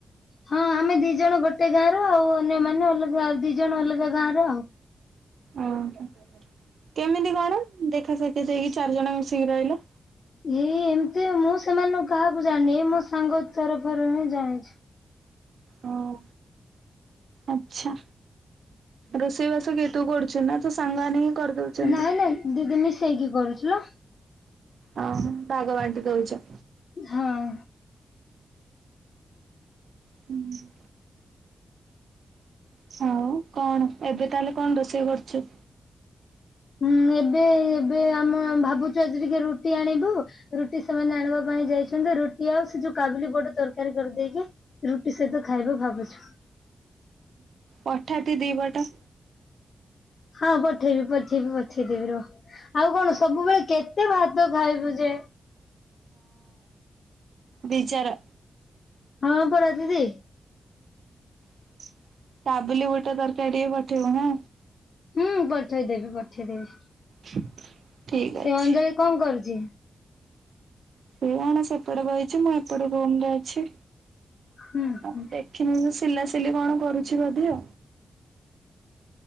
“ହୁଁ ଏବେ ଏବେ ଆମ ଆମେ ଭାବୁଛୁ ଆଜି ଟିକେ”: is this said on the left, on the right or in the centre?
Left